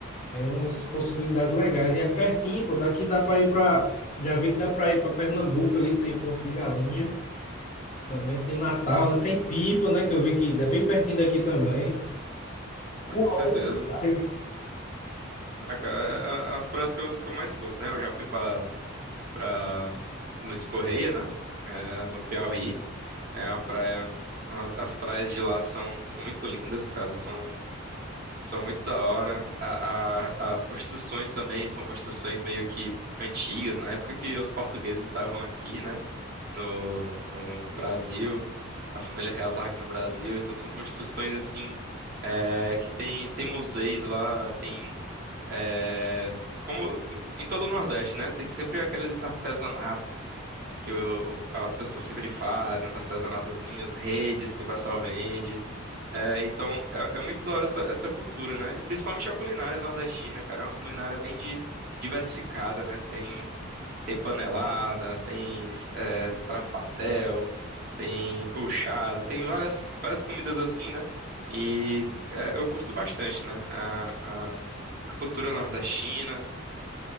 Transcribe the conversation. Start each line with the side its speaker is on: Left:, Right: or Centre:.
Left: tem umas possibilidades legais. E é pertinho, pô, daqui dá para ir para. Já vi que dá para ir para Pernambuco ali, tem Porto de Galinha, também tem Natal, né? Tem Pipa, né? Que eu vi que é bem pertinho daqui também.
Right: Ah,
Left: Uma
Right: com certeza.
Left: hora de viagem,
Right: Ah, cara, é- é- as praias que eu, que eu mais curto, né? Eu já fui pra para Luiz Correia, né? É, no Piauí. É a praia. a- As praias de lá são, são muito lindas, cara. São, são muito da hora. A, a- as construções também são construções meio que antigas, na época que os portugueses estavam aqui, né? No, no Brasil. A família real estava aqui no Brasil. Então são construções assim. é, que tem, tem museus lá, tem. é, como em todo o Nordeste, né? Tem sempre aqueles artesanatos que o- as pessoas sempre fazem, os artesanatozinhos, redes que o pessoal vende. É, então, é, é muito da hora essa, essa cultura, né? E principalmente a culinária nordestina, cara. É uma culinária bem de- diversificada, né? Tem, tem panelada, tem é, sarapatel, tem buchada, tem várias, várias comidas assim, né? E é, eu curto bastante, né? A, a, a cultura nordestina